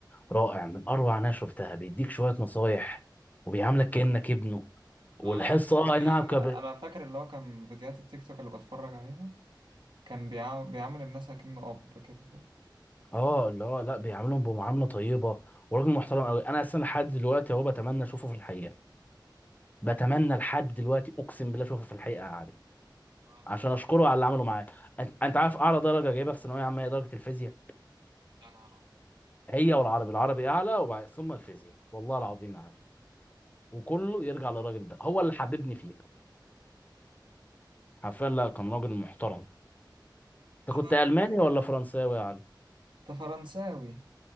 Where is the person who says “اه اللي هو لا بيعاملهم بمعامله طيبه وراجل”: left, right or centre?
Left